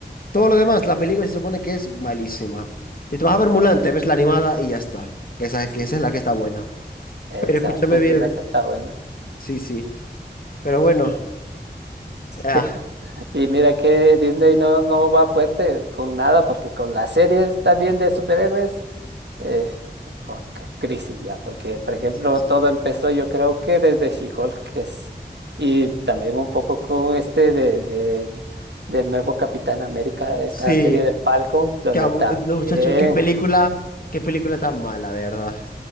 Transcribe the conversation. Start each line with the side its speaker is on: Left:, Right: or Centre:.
Left: Todo lo demás, la película se supone que es malísima. Y tú vas a ver Mulan, te ves la animada y ya está. Que esa,
Right: Sí,
Left: que esa
Right: sí,
Left: es la que
Right: sí.
Left: está buena.
Right: Exacto,
Left: Pero escúchame
Right: esa
Left: bien.
Right: es la que está buena.
Left: Sí, sí. Pero bueno. Ah,
Right: <laughs> Y mira que Disney no, no va fuerte con nada, porque con las series también de superhéroes Eh, oh, qué crisis ya, porque por ejemplo
Left: Sí, sí.
Right: todo empezó yo creo que desde She-Hulk que es- y también un poco con este de, de- del nuevo Capitán América, esta
Left: sí.
Right: serie de Falcon, donde
Left: Qué abu-
Right: también,
Left: eh, no, muchacho, qué película, qué película tan mala, de verdad.